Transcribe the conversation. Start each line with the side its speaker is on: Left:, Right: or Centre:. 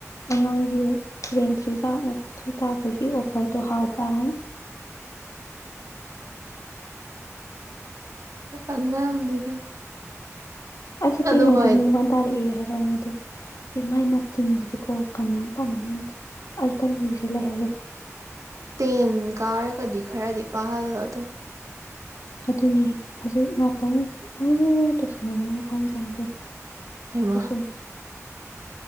Left: ꯑꯉꯥꯡꯒꯤ ꯔꯦꯡ ꯊ꯭ꯔꯤ ꯊ꯭ꯔꯤ ꯇꯥꯕꯒꯤ ꯑꯣꯐꯔꯗꯣ ꯍꯥꯎꯕ꯭ꯔꯥꯅ꯫
Right: ꯑꯉꯥꯡꯗꯨꯗ꯫
Left: ꯑꯩꯁꯨ ꯄꯤꯛꯏꯉꯩꯗ
Right: ꯑꯗꯣ ꯍꯣꯏ
Left: ꯔꯦꯡ ꯋꯥꯟ ꯇꯥꯔꯛꯑꯦ ꯍꯥꯏ꯫ <unintelligible> ꯅꯤ ꯑꯗꯨ꯫ ꯑꯦ ꯃꯥꯏ ꯃꯆꯤꯟꯁꯤꯗꯤꯀꯣ꯫ ꯀꯅꯥꯝ ꯄꯥꯅ ꯉꯝꯗꯦ ꯑꯩ ꯀꯜꯂꯤꯖꯤ ꯂꯩꯍꯧꯔꯦ꯫
Right: ꯇꯦꯟ ꯀꯥꯔꯒꯗꯤ ꯈꯔꯗꯤ ꯄꯥꯍꯜꯂꯣ꯫ ꯇꯣ
Left: ꯑꯗꯨꯅꯤ ꯍꯧꯖꯤꯛ ꯉꯍꯥꯛꯇꯪ <unintelligible> ꯇꯧꯁꯟꯅꯔꯝꯃ ꯐꯪꯃꯨꯡ ꯆꯪꯒ꯭ꯔꯦ꯫
Right: ꯍꯩꯃ
Left: <unintelligible>